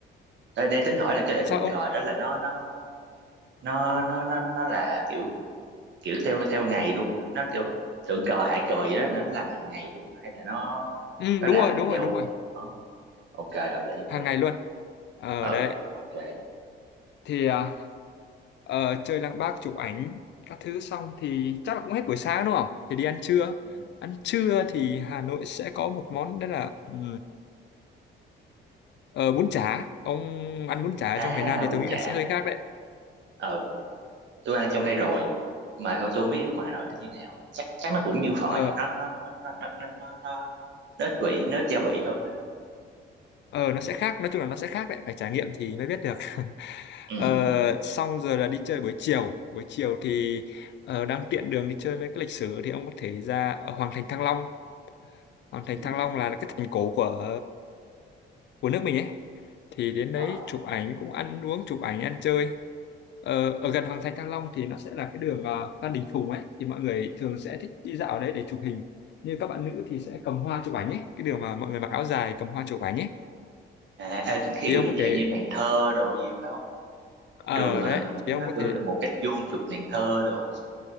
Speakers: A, on the right; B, on the left.
A: Ờ, đang tính hỏi là cái lễ
B: sao
A: thượng
B: ông?
A: cờ đó là nó nó nó nó nó nó nó là kiểu kiểu theo theo ngày luôn hả? nó kiểu thượng cờ hạ cờ gì đó nó làm hàng ngày luôn hả? hay là nó
B: Ừ,
A: nó
B: đúng
A: làm
B: rồi, đúng
A: theo
B: rồi, đúng rồi.
A: ờ. ok hợp lý hợp
B: Hàng
A: lý
B: ngày luôn. Ở
A: ừ
B: đấy.
A: ok
B: Thì à, ờ, chơi Lăng Bác chụp ảnh các thứ xong thì chắc là cũng hết buổi sáng đúng không? Thì đi ăn trưa.
A: ừ.
B: Ăn trưa thì Hà Nội sẽ có một món đấy là ừ, ờ, bún chả. Ông ăn bún chả
A: à
B: trong miền Nam thì
A: bún
B: tôi nghĩ
A: chả
B: là sẽ hơi khác đấy.
A: ừ tôi ăn trong đây rồi mà thôi tôi không biết được ngoài Hà Nội nó như nào chắc chắn nó cũng như phở
B: Ờ,
A: vậy nó nó nó nó nó nó nó, nó nó ít vị nó ít gia vị hơn phải không
B: ờ, nó sẽ khác. Nói chung là nó sẽ khác đấy. Phải trải nghiệm thì mới biết được.
A: ừ,
B: Ờ, xong rồi là đi chơi buổi chiều buổi chiều thì ờ, đang tiện đường đi chơi mấy cái lịch sử thì ông có thể ra ở Hoàng thành Thăng Long Hoàng thành
A: ừ.
B: Thăng Long là cái thành cổ của của nước mình ấy thì đến
A: Ờ.
B: đấy chụp ảnh cũng ăn uống chụp ảnh ăn chơi Ờ, ở gần Hoàng thành Thăng Long thì nó sẽ là cái đường ờ, Phan Đình Phùng ấy thì mọi người thường sẽ thích đi dạo ở đấy để chụp hình như các bạn nữ thì sẽ cầm hoa chụp ảnh ấy cái đường mà mọi người mặc áo dài cầm hoa chụp ảnh ấy
A: à, à kiểu
B: thì ông có
A: dạng
B: thể
A: như nàng thơ đồ gì phải không
B: ở
A: Cái đường mà
B: đấy
A: nó
B: thì ông có
A: kêu
B: thể
A: là một cách vuông chụp nàng thơ đồ